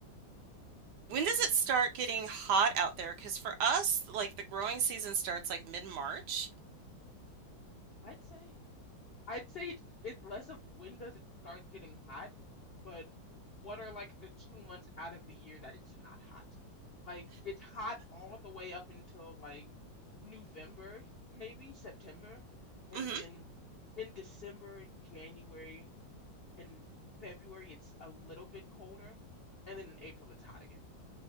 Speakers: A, on the left; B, on the right.
A: Yeah.
B: When does it start getting hot out there? Cause for us, like the growing season starts like mid-March.
A: I'd say I'd say it's it's less of when does it start getting hot, but what are like the two months out of the year that it's not hot? Like it's hot all the way up until like November, maybe September, and
B: hmm
A: then in December, January, and February it's a little bit colder, and then in April it's hot again.